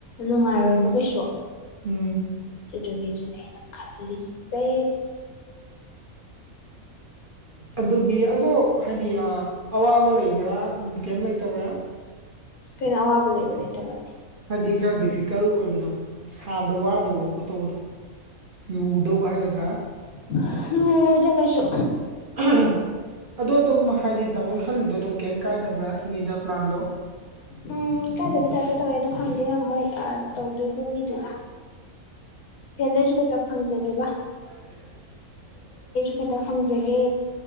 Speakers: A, on the left (about 80°); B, on the right (about 45°).
A: ꯅꯨꯡꯉꯥꯏꯔꯣꯏꯕ
B: ꯎꯝ
A: ꯀꯩꯁꯨ
B: ꯎꯝ
A: ꯑꯗꯨꯒꯤꯖꯨꯅꯦ ꯑꯩꯅ ꯈꯜꯂꯤꯁꯦ
B: ꯑꯗꯨꯒꯤ ꯑꯗꯣ ꯍꯥꯏꯗꯤ ꯑꯥ ꯑꯋꯥꯕ ꯂꯩꯕ꯭ꯔꯥ ꯑꯗꯨꯝ ꯀꯩꯝ ꯂꯩꯇꯕ꯭ꯔꯥ
A: ꯀꯩꯅꯣ ꯑꯋꯥꯕ ꯂꯩꯕ ꯂꯩꯇꯕ꯭ꯔꯗꯤ
B: ꯍꯥꯏꯗꯤ ꯈꯔ ꯗꯤꯐꯤꯀꯜ ꯑꯣꯏꯕꯗꯣ ꯁꯥꯕꯗ ꯋꯥꯗꯧꯕ ꯈꯣꯠꯇꯧꯕꯗꯣ ꯂꯨꯗꯧꯕ ꯍꯥꯏꯒꯗ꯭ꯔꯥ
A: <inaudible> ꯀꯩꯁꯨ
B: <unintelligible> ꯑꯗꯣ ꯑꯗꯨꯝ ꯍꯥꯏꯗꯤ ꯇꯥꯃꯣ ꯈꯜꯂꯤꯗꯣ ꯑꯗꯨꯝ ꯀꯩꯝ ꯀꯥꯏꯗꯕ꯭ꯔꯥ ꯁꯤꯅꯤꯗ ꯄ꯭ꯂꯥꯟꯗꯣ
A: ꯎꯝ ꯀꯥꯏꯗꯕ ꯇꯥꯏꯞꯇ ꯇꯧꯋꯦ ꯑꯗꯨ ꯈꯪꯗꯦ ꯃꯣꯏ ꯑꯥ ꯇꯧꯗꯣꯏꯕ ꯃꯤꯗꯨ ꯐꯦꯟꯗꯣ ꯑꯩꯖꯨ ꯈꯤꯇ ꯐꯪꯖꯒꯦꯕ
B: <unintelligible>
A: ꯍꯦꯛꯇ ꯍꯪꯖꯒꯦ